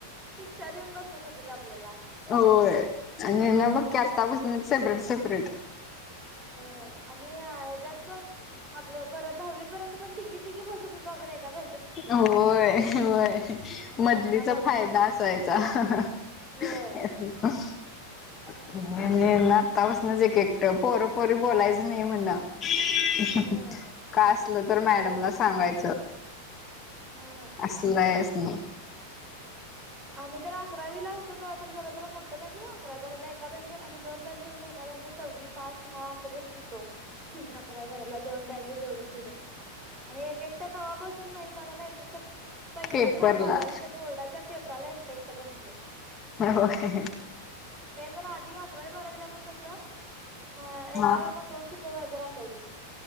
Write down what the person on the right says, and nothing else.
शिक्षा देऊन बसवत होते ते आपल्याला
होय आणि ह्याच्यात पण आपलं परत दहावी पर्यंत. पण तिकी तिकी बसत होता आपण एका प
आणि
यांना बघा
सिंगल
होय
होय
अगं बाई
हा
आम्ही तर अकरावी ला होतो तर जरा जरा मोठ्या बँचवर अकरावी भराला एका बँचवरम् दोन बेंच एका बँवर चौ पाच सहा असे बस मला दोन जोडून भिडून आणि एक एकट कावा बसून माहित आम्हाला एक एकट. पहिल्यांदा
बारावीच्या बोर्डाच्या पेपराला एकटं एकटं बसलं.
ते पण आधी अकरावी बारावीला आपण कसं अ एका
वर्गात दोन सुपर वायझर असायचे